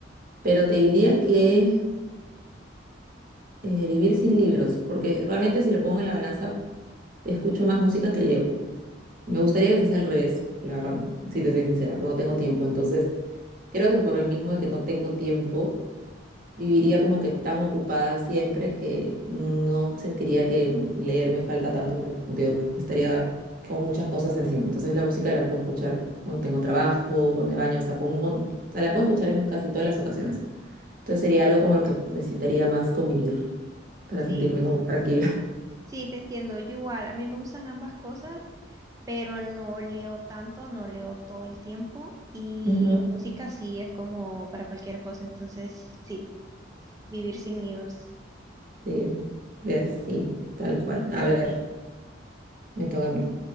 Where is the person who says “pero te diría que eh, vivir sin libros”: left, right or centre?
Right